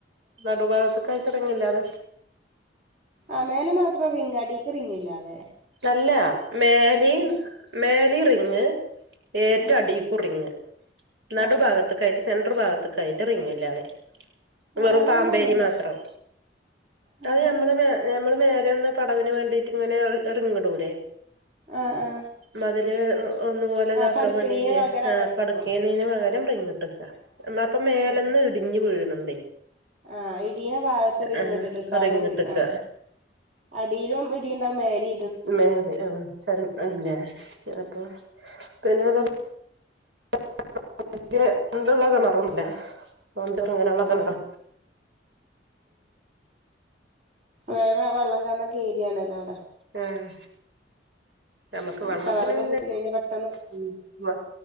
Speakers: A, on the right; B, on the right.
A: നടുഭാഗത്തൊക്കായിട്ട് റിങ് ഇല്ലാതെ
B: ആ മേല മാത്രം റിങ്ങ് അടി ക്ക് റിങ്ങില്ലാതെ
A: അല്ല മേലേം
B: ഏഹ്
A: മേലേം റിങ് ഏറ്റ
B: ആഹ്
A: അടിക്കൂ റിങ് നടു
B: ആഹ്
A: ഭാഗത്ക്കായിട്ട് സെൻട്രൽ ഭാഗത്ക്കായിട്ട് റിങ്ല്ലാതെ
B: ആ
A: വെറും പാമ്പേരി
B: അതങ്ങനെ
A: മാത്രം
B: ആ
A: അത് നമ്മള് വെ നമ്മള് വേ രെന്ന് പടവിന് വേണ്ടീട്ട് ങ്ങനെ അഹ് എറ് ങ്ങടുലെ
B: ആ ആ
A: മതില് ഒന്നു പോലെ
B: ആ
A: താക്കാംവേണ്ടീട്ട്
B: പഠിക്കണീന് പകരം
A: ഏ
B: അങ്ങനെ ഇട്ടക്കും
A: പട് എയുന്നെയ്ന് പകരം റിങ്ട്ട്ക്ക മാപ്പം മേലെന്ന്
B: ആ
A: ഇടിഞ് വീയ്‌ണ്
B: ആ ഇട് യ്‌ണ ബാഅത്ത് റിങ്ട്ട്ട്ട്ഉം
A: ആ റിങ്ങിട്ട്ക്കാ
B: ആ അടീലും ഇടിണ്ടാഉം മേലി
A: മേതെ ആ <unintelligible> അപൊ പിനെ <unintelligible> <unintelligible> നെറണ്ട് ലേ ഓന്റെ റു ങ്ങെനെ ള്ള കെണറാ
B: ആ വേഗാ വള്ളം കാൺണ ക്കേരിയാണല്ലോ അവ്ടെ.
A: ആഹ് നമുക്ക്
B: ഉം
A: വെള്ളത്തിന്
B: കെണറൊക്കെ
A: പിന്നെ
B: കുത്തിക്കയിഞ്ഞാ പെ
A: ഉം വെ